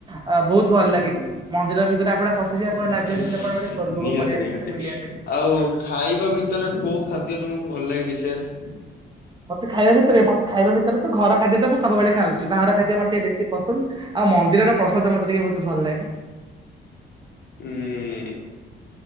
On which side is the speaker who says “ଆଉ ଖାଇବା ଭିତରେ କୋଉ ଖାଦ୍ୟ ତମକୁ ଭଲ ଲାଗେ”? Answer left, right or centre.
Left